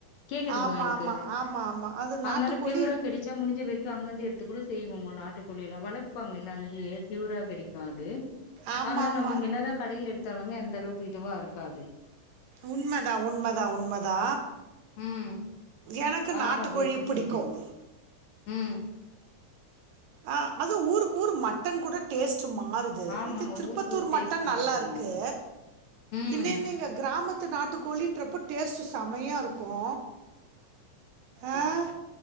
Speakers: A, on the left; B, on the right.
A: கேக்குதுங்கோ
B: ஆமா
A: எனக்கு
B: ஆமா ஆமா ஆமா அது
A: அதனால
B: நாட்டுக்கோழி
A: பியூரா கிடைச்சா முடிஞ்ச வரைக்கும் அங்கந்து எடுத்து கூட செய்வோங்க நாட்டுக் கோழி எல்லா வளர்ப்பாங்கல்ல அங்கேயே பியூரா கிடைக்கு அது
B: ஆமா
A: அதனால
B: ஆமா
A: நம்ம இங்க என்னதா கடையில எடு பாத்தாலுமே அந்தளவுக்கு இதுவா இருக்காது
B: உண்மதா உண்மதா உண்மதா
A: ம்
B: எனக்கு
A: அதனால
B: நாட்டுக்கோழி
A: அப்டி எடுத்து
B: புடிக்கும்
A: செஞ்சிருவோ ம்
B: அ அது ஊருக்கு ஊரு மட்டன் கூட டேஸ்ட் மாறுது
A: ஆமாங்க
B: இது திருப்பத்தூர்
A: ஊருக்கு ஊர் டேஸ்ட்
B: மட்டன்
A: மாறுதுங்க
B: நல்லாருக்கு
A: ம்
B: இன்னன்னங்க கிராமத் நாட்டுக்கோழின்றப்ப டேஸ்ட் செமையா இருக்கு க்கோ அஹ்